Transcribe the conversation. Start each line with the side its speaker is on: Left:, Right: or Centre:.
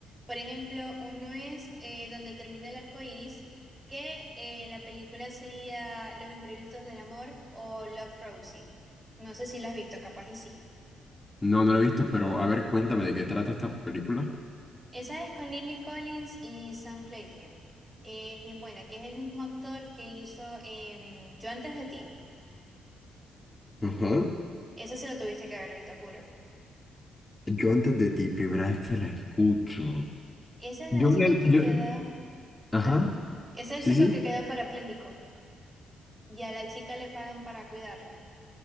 Right: Por ejemplo, uno es eh, donde termina el arco iris, que eh, la película sería Los imprevistos del amor o Love Rosie. No sé si la has visto, capaz y sí.
Left: No, no lo he visto, pero a ver, cuéntame de qué trata esta película.
Right: Esa es con Lily Collins y Sam Claflin. Eh, es bien buena, que es el mismo actor que hizo em, Yo antes de ti.
Left: Ajá.
Right: Esa se lo tuviste que haber visto, juro.
Left: Yo antes de ti, primera vez que la escucho.
Right: Ese es el
Left: Yo
Right: chico
Left: me...
Right: que
Left: yo-
Right: queda.
Left: Ajá.
Right: Ah, ese es
Left: Sí,
Right: el
Left: sí.
Right: chico que queda parapléjico y a la chica le pagan para cuidarlo.